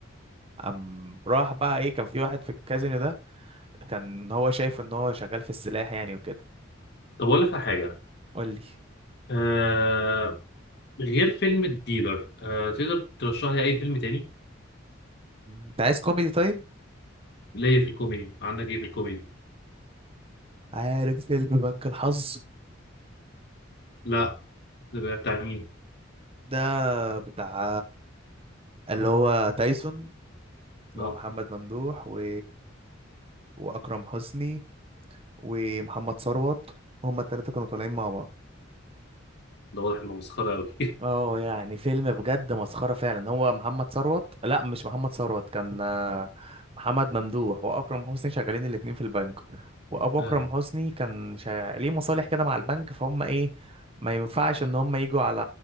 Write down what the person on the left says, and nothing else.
طب اقول لك على حاجه
آه غير فيلم الديلر آه تقدر ترشح لي اي فيلم تاني
ليا في الكوميدي عندك ايه في الكوميدي
لا ده بقى بتاع مين
لا
ده واضح انه مسخره قوي <laughs>
آه.